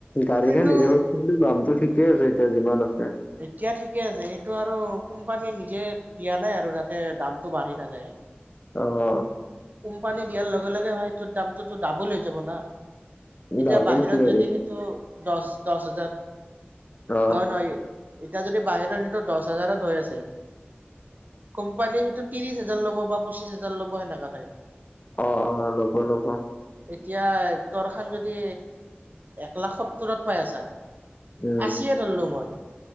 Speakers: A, on the left (about 35°); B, on the right (about 45°).
A: গাড়ীখন
B: সেইটো
A: হিচাপত কিন্তু দাম টো ঠিকে আছে এতিয়া যিমান আছে
B: এতিয়া ঠিকে আছে সেইটো আৰু কোম্পানীয়ে নিজে দিয়া নাই আৰু যাতে দামটো বাঢ়ি নাযায়
A: আহ
B: কোম্পানী দিয়াৰ লগে লগে হয়টো দামটোতো ডাবোল হৈ যাব না এতিয়া
A: ডাবল
B: বাহিৰত
A: কি আৰু
B: যদি সেইটো দহ দহ হাজাৰ
A: অ
B: নহয় নহয় এতিয়া যদি বাহিৰত সেইটো দহ হাজাৰত হৈ আছে কোম্পানীৰ সেইটোত ত্ৰিশ হাজাৰ লব বা পচিছ হাজাৰ ল'ব সেনেকা টাইপ
A: অ অ ল'ব লব
B: এতিয়া তৰ খান যদি এক লাখ সত্তৰত পাই আছা আছিয়ে
A: উম
B: ধৰিলো মই